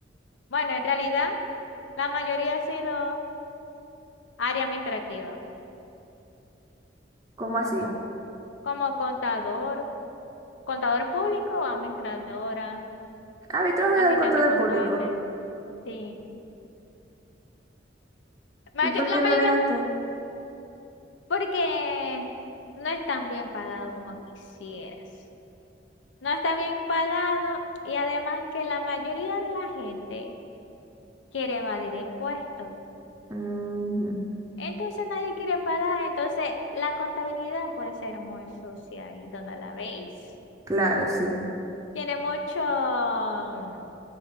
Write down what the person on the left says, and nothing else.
Bueno, en realidad la mayoría ha sido área administrativa,
como,
con, como contador, contador público, administradora,
asistente
contable,
sí. Mayo-
la
mayoría,
porque no es tan bien pagado como quisieras. no está bien pagado y además que la mayoría de la gente quiere evadir impuestos.
Entonces nadie quiere pagar, entonces la contabilidad puede ser muy sucia y donde la veis.
Tiene mucho, mm,